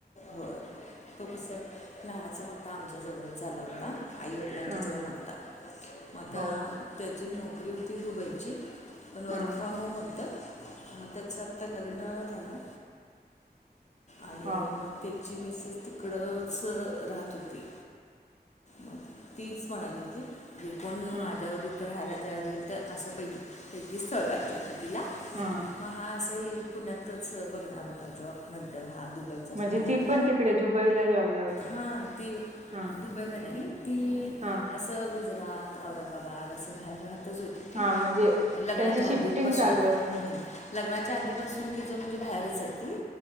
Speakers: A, on the left; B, on the right.
A: बरं तो कस आहे लहाणाचा मोठठा आमच्या जवळच झाला होता. आईवडिलांच्या
B: ह
A: जवळ नव्हता. मग आता
B: हो
A: त्याची नोकरी होती दुबईची पण वर्क
B: ह
A: फ्रॉम होम होतं. मग त्याचं आत्ता लग्न झालं आणि
B: ह
A: मग त्याची मिसेस तिकडंच राहत होती. मग तीच म्हणाली होती. जे कोण
B: ह
A: माझ्यावर इथं राहायला तयार होईल तर असं पैकी पैकी स्थळ पाहिजे होतं तिला,
B: हा
A: मग हा असही पुण्यातच बघणार होता जॉब नंतर हा दुबई चा सुटला
B: म्हणजे ती
A: की,
B: पण तिकडे दुबईला जॉबला होती
A: हा ती
B: हा
A: दुब्याला नाही ती
B: हा.
A: असं गुजरात, औरंगाबाद असं बाहेर राहत तिथंच होती ति
B: हा म्हणजे
A: लग्नाच्या
B: त्यांची शिफ्टिंग
A: आधीपसून.
B: चालू असते
A: हम् लग्नाच्या आधीपासून तिच म्हणजे बाहेरच आहे ती